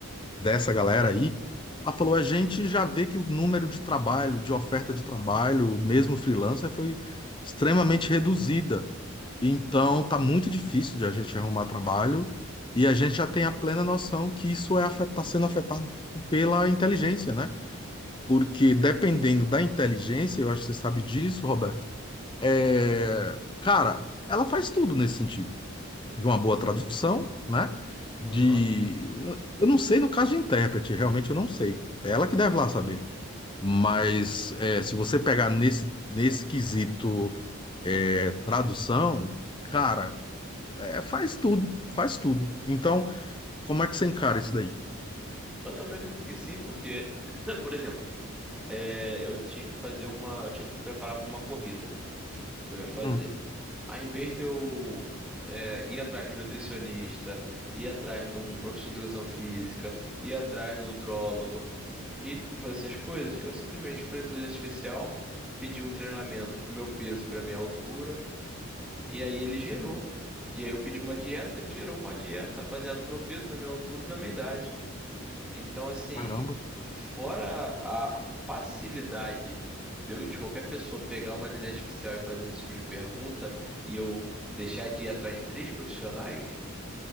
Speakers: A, on the left; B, in the centre.
A: dessa galera aí, ela falou, a gente já vê que o número de trabalho, de oferta de trabalho, mesmo freelancer, foi extremamente reduzida. Então, tá muito difícil de a gente arrumar trabalho, e a gente já tem a plena noção que isso é afet- tá sendo afetado pela inteligência, né? Porque dependendo da inteligência, eu acho que você sabe disso, Roberto. é, cara, ela faz tudo nesse sentido, de uma boa tradução, né? De,
B: aham.
A: eu não sei no caso de intérprete, realmente eu não sei. É Ela que deve lá saber. Mas é, se você pegar nesse nesse quesito é, tradução, cara, é, faz tudo, faz tudo. Então, como é que você encara isso daí?
B: Eu também acredito que sim, porque, <clears throat> <laughs> por exemplo, é, eu tinha que fazer uma. Eu tinha que me preparar para uma corrida que eu ia fazer.
A: Hum,
B: Aí, em vez de eu é, ir atrás de um nutricionista, ir atrás de um professor de educação física, ir atrás do nutrólogo e fazer essas coisas, eu simplesmente fui na inteligência artificial, pedi um treinamento pro meu peso, pra minha altura. E aí ele gerou. E aí eu pedi uma dieta, ele gerou uma dieta baseada no meu peso, na minha altura e na minha idade. Então, assim,
A: caramba,
B: fora a facilidade de, eu- de qualquer pessoa pegar uma inteligência artificial e fazer esse tipo de pergunta, e eu deixar de ir atrás de três profissionais,